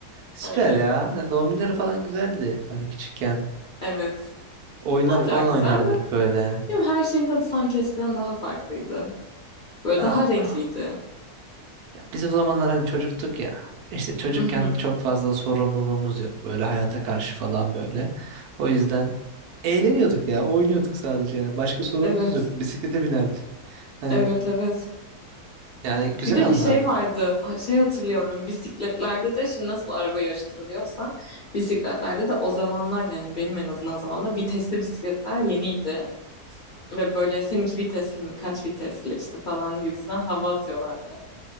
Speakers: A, on the right; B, on the left.
A: Süper
B: Aynen.
A: ya. Hani Doğum günleri falan güzeldi. Hani küçükken.
B: Evet.
A: Oyunlar
B: Hala
A: falan
B: güzel
A: oynardık
B: de.
A: böyle.
B: Bilmiyorum, her şeyin tadı sanki eskiden daha farklıydı. Böyle
A: Aa.
B: daha renkliydi.
A: Ya biz o zamanlar hani çocuktuk ya. İşte çocukken
B: Hı hı.
A: çok fazla sorumluluğumuz yok. Böyle hayata karşı falan böyle. O yüzden eğleniyorduk ya. Oynuyorduk sadece yani. Başka sorumluluğumuz
B: Evet.
A: yok. Bisiklete binerdik. Hani
B: Evet evet.
A: yani güzel
B: Bir de
A: anlardı.
B: bir şey vardı. Ha- Şey hatırlıyorum. Bisikletlerde de şimdi nasıl araba yarıştırılıyorsa bisikletlerde de o zamanlar yani benim en azından zamanımda vitesli bisikletler yeniydi. Ve böyle seninki vitesli mi kaç vitesli işte falan gibisinden hava atıyorlardı.